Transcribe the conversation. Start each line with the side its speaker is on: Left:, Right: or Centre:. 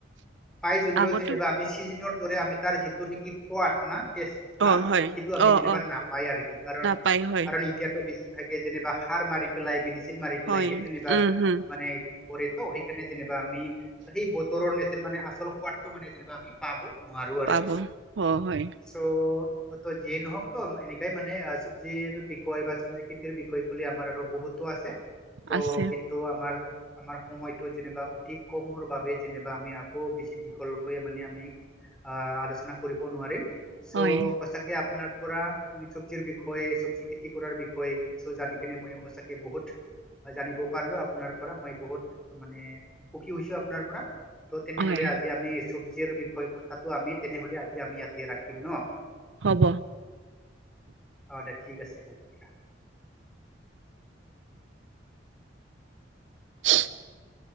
Centre: পাই যদিও
Right: আগতো
Centre: যেনিবা আমি চিজনৰ দৰে আমি তাৰ নেকি সোৱাদ না টেষ্ট না
Right: অ', হয়,
Centre: সেইটো আমি
Right: অ',
Centre: যেনিবা
Right: অ',
Centre: নাপায় আৰু কি কাৰণ
Right: নাপায় হয়,
Centre: কাৰণ এতিয়াতো বেছিভাগে যেনিবা সাৰ মাৰি পেলাই মেডচিন মাৰি পেলাই
Right: হয়,
Centre: সেই যেনিবা
Right: উম, হম,
Centre: মানে কাৰেটো আমি সেই বতৰৰ নেচেন মানে আচল সোৱাদটো মানে যেনিবা আমি পাব নোৱাৰো আৰু
Right: পাব
Centre: কি
Right: অ', হয়,
Centre: চ' ত যিয়ে নহওক ত এনেকাই মানে চব্জিৰ বিষয় বা চব্জি খেতিৰ বিষয় কলে আমাৰ আৰু বহুতো আছে ত'
Right: আছে
Centre: কিন্তু আমাৰ আমাৰ সময়তটো যেনিবা অতি কমৰ বাবে যেনিবা আমি আকৌ বেছি দিঘোলকৈয় মানে আমি আহ আলোচনা কৰিব নোৱাৰিম চ'
Right: হয়,
Centre: সঁচাকে আপোনাৰ পৰা চব্জিৰ বি বিষেয় চব্জি খেতি কৰাৰ বিষয়ে কিছু জানি কেনে মই সঁচাকে বহুত জানিব পাৰিলো আপোনাৰ পৰা মই বহুত মানে সুখী হৈছো আপোনাৰ পৰা ত' তেনেহ'লে
Right: হয়,
Centre: আজি আমি চব্জিৰ বিষয়ে কথাটো আমি তেনেহলে আজি আমি ইয়াতে ৰাখিম ন
Right: হ'ব।
Centre: অ দে ঠিক আছে হ'ক দা
Right: <unintelligible>